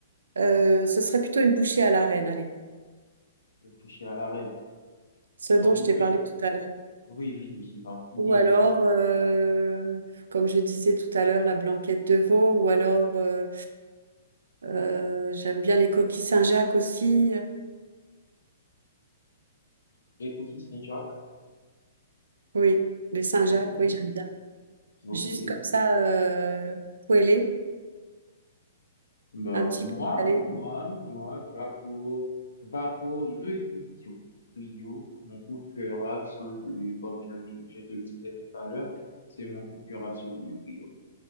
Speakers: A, on the right (about 75°); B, on the left (about 75°).
A: euh, ce serait plutôt une bouchée à l'arène, allez,
B: réfléchir à l'arrêt,
A: ce dont
B: ton coup
A: je
B: de
A: t'ai
B: cœur.
A: parlé tout à l'heure.
B: Oui, oui, oui, j'ai pas oublié.
A: Ou alors, euh, comme je disais tout à l'heure, la blanquette de veau, ou alors, euh, euh, j'aime bien les coquilles Saint-Jacques aussi.
B: Les cookies Saint-Jacques.
A: Oui, les Saint-Jacques,
B: Ok,
A: oui, j'aime bien.
B: ok.
A: Juste comme ça, euh, poêlé,
B: Bah,
A: un petit
B: moi,
A: peu salé.
B: moi, moi, va pour, va pour le trio, trio, mon coup de cœur absolu, comme je, je je te le disais tout à l'heure, c'est mon coup de cœur absolu, le trio.